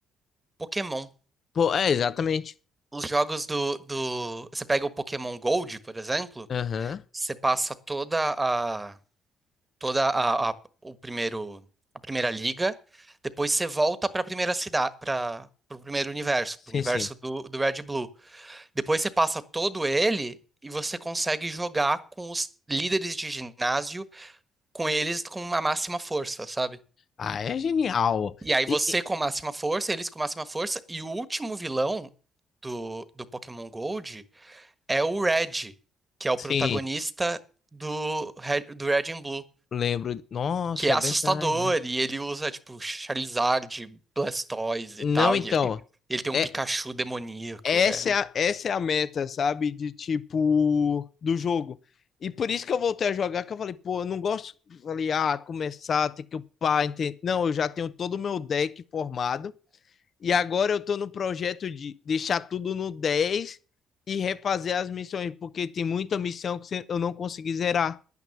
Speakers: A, on the right; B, on the left.
A: Pokémon.
B: Pô, é, exatamente.
A: Os jogos do, do... Você pega o Pokémon Gold, por exemplo,
B: Aham,
A: você passa toda a... toda a, a- o primeiro, a primeira liga, depois você volta para a primeira cidade, para o primeiro universo,
B: sim,
A: para o universo
B: sim.
A: do, do Red e Blue. Depois você passa todo ele e você consegue jogar com os líderes de ginásio, com eles com a máxima força, sabe?
B: Ah, é genial.
A: E aí
B: E,
A: você
B: e-
A: com a máxima força, eles com a máxima força, e o último vilão do, do Pokémon Gold é o Red, que é o
B: sim.
A: protagonista do, Red- do Red and Blue.
B: Lembro. Nossa,
A: Que é assustador,
B: é verdade.
A: e ele usa, tipo, Charizard, Blastoise
B: Não,
A: e tal,
B: então.
A: e ele tem, ele tem um
B: É,
A: Pikachu demoníaco.
B: essa
A: é.
B: é a, essa é a meta, sabe? De tipo, do jogo. E por isso que eu voltei a jogar, que eu falei, pô, eu não gosto. Falei, ah, começar, ter que upar, entende? Não, eu já tenho todo o meu deck formado. E agora eu tô no projeto de deixar tudo no 10 e refazer as missões, porque tem muita missão que você- eu não consegui zerar.